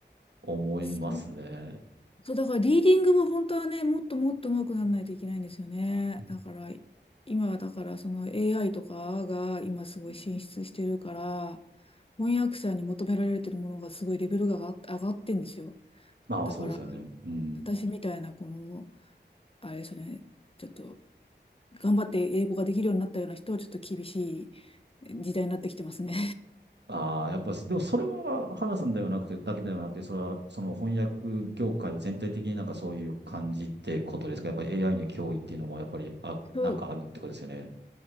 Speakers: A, on the right; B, on the left.
A: 思いますね。
B: そ、そう、だからリーディングも本当はね、もっともっと上手くならないといけないんですよね。
A: う
B: だから、今はだからその AI とかが今すごい進出してるから、
A: ん
B: 翻訳者に求められてるものがすごいレベルが上が上がってんですよ。
A: まあ、
B: だから、
A: そうですよね。うん。
B: 私みたいなこの、あれですよね、ちょっと頑張って英語ができるようになったような人はちょっと厳しい時代になってきてますね。
A: ああ、やっぱ、でもそれは、花さんではなくて、だけではなくて、それは、その翻訳業界全体的になんかそういう感じってことですかやっぱり AI の脅威っていうのも、やっぱり、あ、
B: そう
A: なんかあるってことですよね。